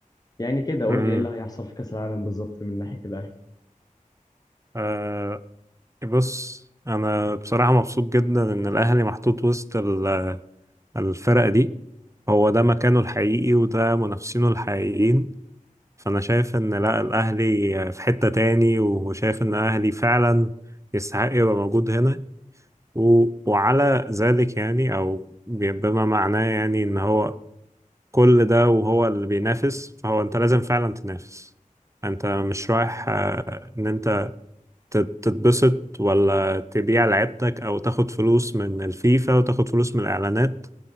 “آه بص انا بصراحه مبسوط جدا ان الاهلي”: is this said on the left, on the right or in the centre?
Right